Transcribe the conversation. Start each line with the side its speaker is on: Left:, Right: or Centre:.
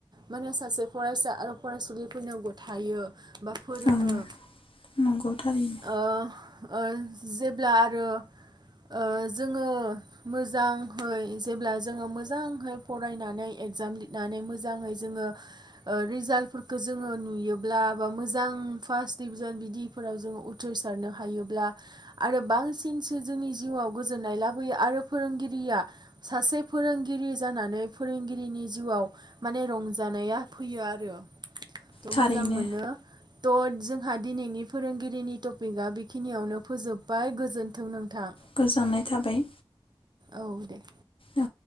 Right: माने सासे फरायसा आरो फरायसुलिफोरनो गथायो। बा फोरोङो
Left: ओं नंगौ थारैनो
Right: ओ ओ जेब्ला आरो ओ जोङो मोजांहै जेब्ला जोङो मोजांहै फरायनानै एगजाम लिरनानै मोजाङै जोङो ओ रिजाल्टफोरखौ जोङो नुयोब्ला बा मोजां फार्स्ट डिभिजन बिदिफोराव जोङो उथ्रिसारनो हायोब्ला आरो बांसिनसो जोंनि जिउआव गोजोननाय लाबोयो आरो फोरोंगिरिया सासे फोरोंगिरि जानानै फोरोंगिरिनि जिउआव माने रंजानाया फैयो आरो थ
Left: थारैनो
Right: मोजां मोनो ट जोंहा दिनैनि फोरोंगिरिनि टपिकआ बेखिनियावनो फोजोबबाय गोजोन जोन्थों नोंथां
Left: गोजाननाय थाबाय
Right: औ दे।
Left: औ।